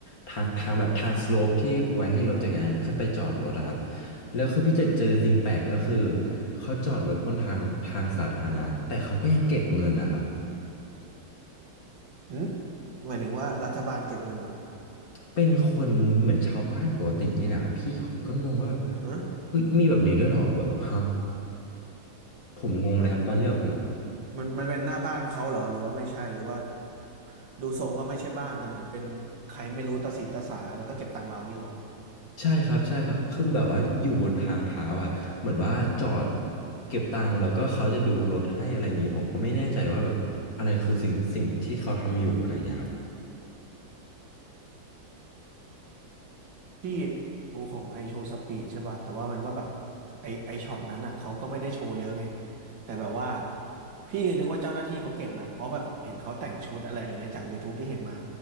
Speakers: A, on the left; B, on the right.
A: ทางทางแบบทางสโลปที่ไว้ให้รถจักรยานขึ้นไปจอดรถอะครับแล้วคือพี่จะเจอสิ่งแปลกก็คือเขาจอดรถบนทางทางสาธารณะแต่เขาก็ยังเก็บเงินนะครับ
B: อืมหมายถึงว่ารัฐบาลเก็บเงินเหรอ
A: เป็นคนเหมือนชาวบ้านปกตินี่แหละครับพี่ผมก็งงว่าแบบ
B: ฮะ
A: เฮ้ยมีแบบนี้ด้วยเหรอแบบฮะผมงงเลยครับตอนที่แบบผม
B: อ่ะมันมันเป็นหน้าบ้านเขาเหรอหรือว่าไม่ใช่หรือว่าดูทรงว่าไม่ใช่บ้านแต่เหมือนเป็นใครไม่รู้ตาสีตาสาแล้วก็เก็บตังค์เราเงี้ยเหรอ
A: ใช่ครับใช่ครับคือแบบว่าอยู่บนทางเท้าอะเหมือนว่าจอดเก็บตังค์แล้วก็เขาจะดูรถให้อะไรอย่างนี้ผมก็ไม่แน่ใจว่าแบบอะไรคือสิ่งสิ่งที่เขาทำอยู่อะไรอย่างเงี้ยครับ
B: ที่ดูของไอโชว์สปีดใช่ป่ะแต่ว่ามันก็แบบไอไอช็อตนั้นอ่ะเขาก็ไม่ได้โชว์เยอะไงแต่แบบว่าพี่นึกว่าเจ้าหน้าที่เขาเก็บนะเพราะแบบเห็นเขาแต่งชุดอะไรอย่างเงี้ยจากยูทูบที่เห็นมา